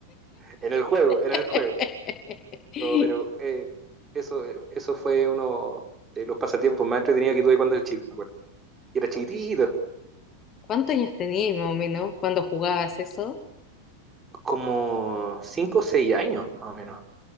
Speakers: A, on the right; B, on the left.
A: en el juego,
B: <laughs>
A: en el juego. No, pero eh, eso, eh, eso fue uno de los pasatiempos más entretenidos que tuve cuando era chico, me acuerdo. Y era chiquitito,
B: ¿Cuántos años tenías más o menos cuando jugabas eso?
A: como 5 o 6 años, más o menos.